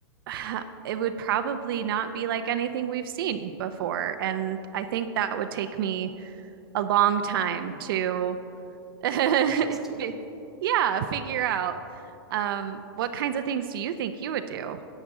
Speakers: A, on the right; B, in the centre.
A: <sighs> it would probably not be like anything we've seen before. And I think that would take me a long time to, <laughs> fi-
B: <laughs> adjust to.
A: yeah, figure out. Um, what kinds of things do you think you would do?